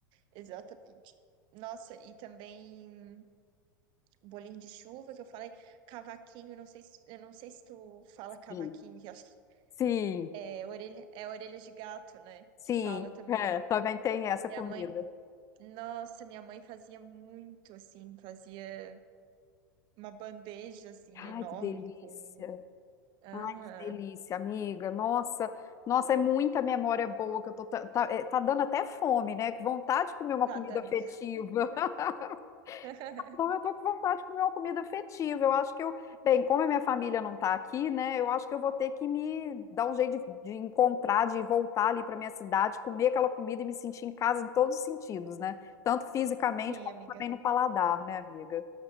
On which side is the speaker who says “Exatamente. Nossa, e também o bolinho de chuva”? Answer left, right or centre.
Right